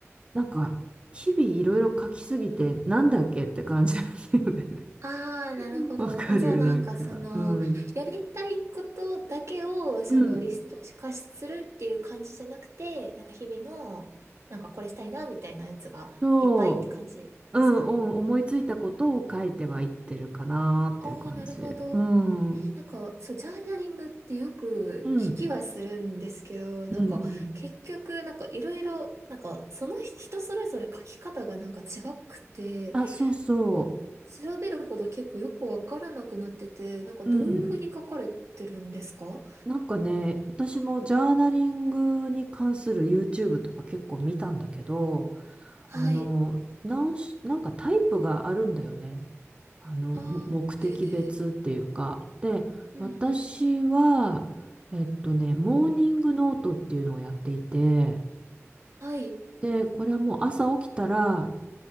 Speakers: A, on the right; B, on the right.
A: なんか、日々いろいろ書きすぎて、なんだっけって感じなんだよね。
B: ああ、なるほど。
A: わかる、
B: あ、じゃあなんかその、
A: なんか、うん。
B: やりたいことだけを、その、
A: うん、
B: リスト化するっていう感じじゃなくて、なんか日々の、なんかこれしたいな、みたいなやつがいっぱいって感じですかね。
A: そう、うん、うん、思いついたことを書いてはいってるかなっていう感じ。
B: ああ、なるほど。
A: うん、
B: え、
A: うん、
B: なんか、そう、ジャーナリングってよく聞きはするんですけど、
A: うん、うん。
B: なんか、結局、なんかいろいろ、なんか、その人それぞれ書き方がなんか違くて、
A: あ、そうそ
B: なんか、調べるほど結構よくわからなくなってて、なんかどういうふうに書かれてるんですか
A: う、うん。なんかね、私もジャーナリングに関する YouTube とか結構見たんだけど、
B: はい。
A: あの、なんし、なんかタイプがあるんだよね。あの、
B: ああ、
A: も目的別っていうか、
B: へえ。
A: で、
B: うんうん。
A: 私は、えっとね、モーニングノートっていうのをやっていて、
B: はい。
A: で、これはもう朝起きたら、